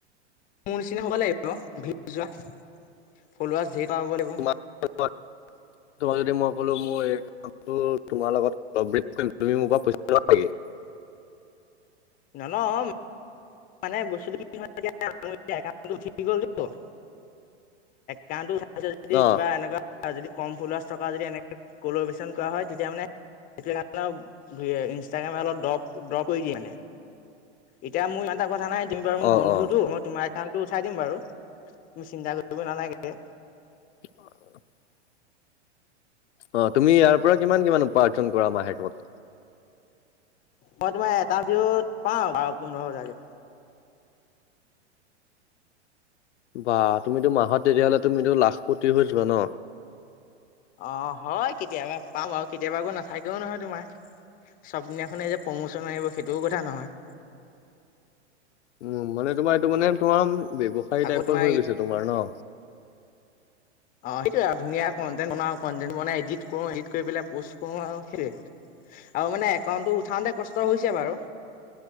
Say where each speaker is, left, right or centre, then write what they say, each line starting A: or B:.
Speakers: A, on the left; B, on the left.
A: মোৰ নিচিনা হ'ব লাগিব, ভিউজ যোৱা ফলোৱাৰছ ধেৰ পাব লাগিব।
B: তোমাৰ যদি মই ক'লো মোৰ এই- তোমাৰ লগত কলাব্ৰেত কৰিম, তুমি মোৰ পৰা পইচা লোৱা নেকি?
A: নলওঁ। মানে বস্তুটো কি হয় এতিয়া তুমি একাউণ্টটো উঠি গল টো- কাৰণ যদি
B: অ
A: কিবা এনেকুৱা যদি কম ফলোৱাৰ্জ থকা যদি এনে কলাব্ৰেচন কৰা হয় তেতিয়া মানে- সেইটো কাৰণে ইনষ্টাগ্ৰামে অলপ ড্ৰপ ড্ৰ কৰি দিয়ে মানে। এতিয়া মোৰ ইমান এটা কথা নাই তুমি মোৰ
B: অ
A: বন্ধুটো,
B: অ
A: মই তোমাৰ- একাউণ্টটো উঠাই দিম বাৰু, তুমি চিন্তা কৰিব নালাগে।
B: <unintelligible> অ তুমি ইয়াৰ পৰা কিমান কিমান উপাৰ্জন কৰা মাহেকত?
A: মই তোমাৰ এটা ভিউত পাওঁ বাৰ পোন্ধৰ হেজাৰকে।
B: বা! তুমিতো মাহত তেতিয়াহ'লে তুমিতো লাখ পতি হৈ যোৱা ন।
A: অ হয় কেতিয়াবা পাম আৰু কেতিয়াবা আকো নাথাকেও নহয় তোমাৰ। চবদিনাখনে যে প্ৰম'চন আহিব সেইটোও কথা নহয়।
B: উম মানে তোমাৰ এইটো মানে তোমাৰ ব্যৱসায়ী
A: আকৌ
B: টাইপত
A: তোমাৰ
B: হৈ গৈছে তোমাৰ ন।
A: অ সেইটোয়ে আৰু ধুনীয়া কণ্টেন্ট বনাও, কণ্টেন্ট বনাই এডিট কৰো এডিট কৰি পেলাই পষ্ট কৰো আৰু সেইটোয়ে। আৰু মানে একাউণ্টটো উঠাওতে কষ্ট কষ্ট হৈছে বাৰু,